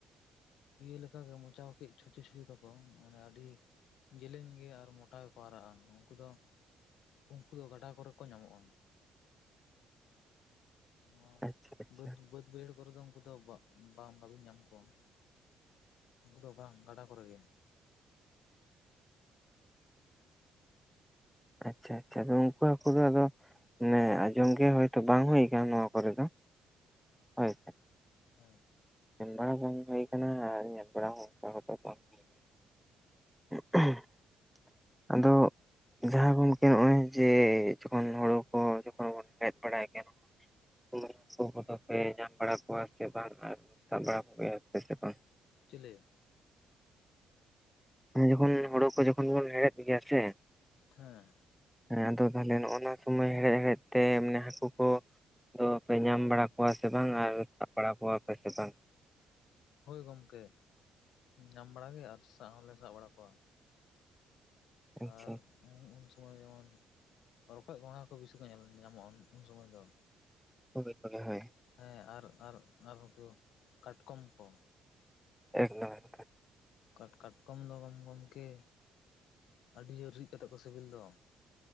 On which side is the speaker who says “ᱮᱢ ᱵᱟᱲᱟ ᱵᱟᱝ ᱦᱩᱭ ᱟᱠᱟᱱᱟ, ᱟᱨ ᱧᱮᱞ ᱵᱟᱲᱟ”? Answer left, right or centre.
Centre